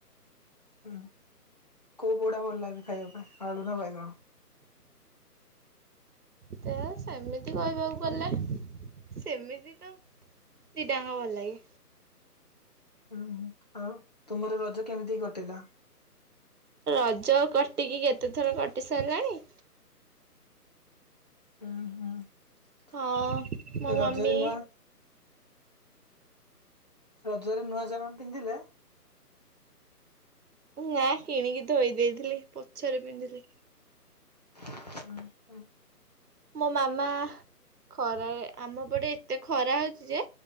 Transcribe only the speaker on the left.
ହୁଁ କୋଉ ପୋଡା ଭଲ ଲାଗେ ଖାଇବା ପାଇଁ ଆଳୁ ନା ଭାଇ କଣ?
ହୁଁ ଆଉ ତୁମର ରଜ କେମିତି କଟିଲା?
ହୁଁ ହୁଁ
ରଜରେ ନୂଆ। ରଜରେ ନୂଆ ଜାମା ପିନ୍ଧିଲେ
ହୁଁ ହ।